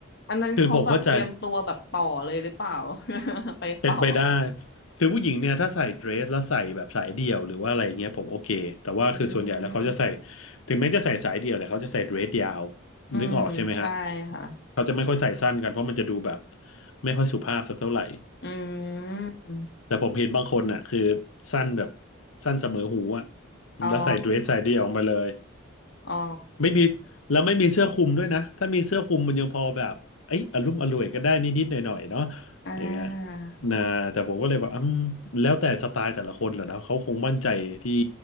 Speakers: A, on the left (about 55°); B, on the left (about 75°).
A: อันนั้นเขาแบบเตรียมตัวแบบต่อเลยหรือเปล่า
B: คือผมเข้าใจ
A: <laughs> ไปต่อ
B: เป็นไปได้คือผู้หญิงเนี่ยถ้าใส่เดรสแล้วใส่แบบสายเดี่ยวหรือว่าอะไรเงี้ยผมโอเคแต่ว่าคือส่วนใหญ่แล้วเขาจะใส่
A: อืม
B: ถึงแม้จะใส่สายเดี่ยวแต่เขาจะใส่เดรสยาว
A: อืมใช่ค่ะ
B: นึกออกใช่ไหมฮะเขาจะไม่ค่อยใส่สั้นกันเพราะมันจะดูแบบไม่ค่อยสุภาพสักเท่าไหร่
A: อืม
B: แต่ผมเห็นบางคนน่ะคือสั้นแบบสั้นเสมอหูอะ
A: อ๋อ
B: แล้วใส่เดรสสายเดี่ยวออกมาเลย
A: อ๋อ
B: ไม่มีแล้วไม่มีเสื้อคลุมด้วยนะถ้ามีเสื้อคลุมมันยังพอแบบเอ้ยอลุ่มอร่วยก็ได้นิดๆหน่อยๆเนาะ
A: อ่า
B: อย่างเงี้ยนะแต่ผมก็เลยแบบอืมแล้วแต่สไตล์แต่ละคนแหละเนาะเขาคงมั่นใจที่